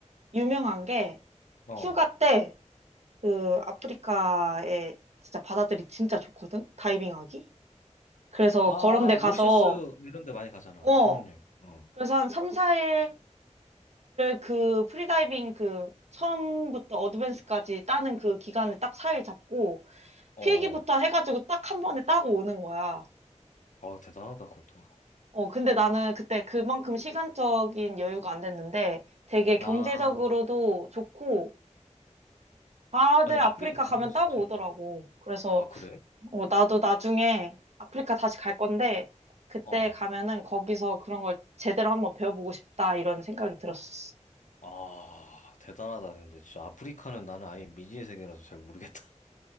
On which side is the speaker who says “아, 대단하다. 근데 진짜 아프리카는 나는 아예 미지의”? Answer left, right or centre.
Left